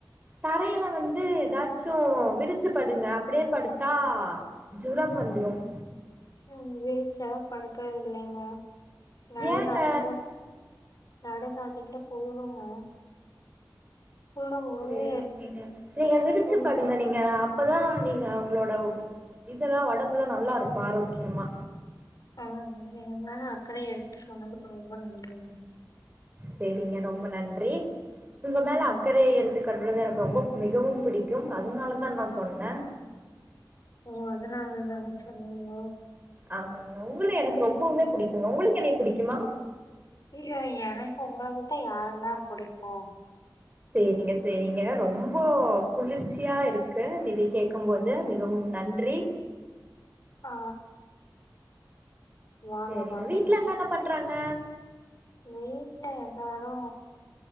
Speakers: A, on the right; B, on the left.
A: தரையில வந்து ஏதாச்சு விரிச்சு படுங்க அப்டியே படுத்தா ஜூரம் வந்துரும்
B: ம் வீரிச்சில்லா படுக்கரது இல்லைங்க நடு
A: ஏங்க
B: ராத்திரி நடு ராத்திரில குளுருங்க சொல்லும் போது
A: ஒரே சீனு நீங்க விரிச்சு
B: தோழி
A: படுங்க நீங்க ங்க அப்பதா நீங்க உங்களோட இதெல்லா ஒடம்பலா நல்லா இருக்கு ஆரோக்கியமா
B: ஆ எங்களால அக்கர எடுத்து சொன்னதுக்கு ரொம்ப நன்றிங்க
A: சேரிங்க ரொம்ப நன்றி உங்க மேல
B: ம்
A: அக்கறைய எடுத்துக் கறது எனக்கு ரொம்ப மிகவும் பிடிக்கும் அதனால தா நா சொன்னே
B: ஓ அதனால தாங்க சொன்னிங்களோ
A: ஆமாங்க உங்கள எனக்கு ரொம்பவுமே பிடிக்குங்க உங்களுக்கு என்னைய புடிக்குமா
B: ஐயோ எனக்கு உங்கள உட்டாயாரங்க புடிக்கு
A: சேரிங்க சேரிங்க ரொம்ப குளிர்ச்சியா இருக்கு இத கேட்கும்போது க மிகவும் நன்றி
B: ஆ வாங்க
A: சேரிங்க
B: வாங்க
A: வீட்ல எல்லா என்ன பண்றாங்க
B: வீட்ல எல்லாரு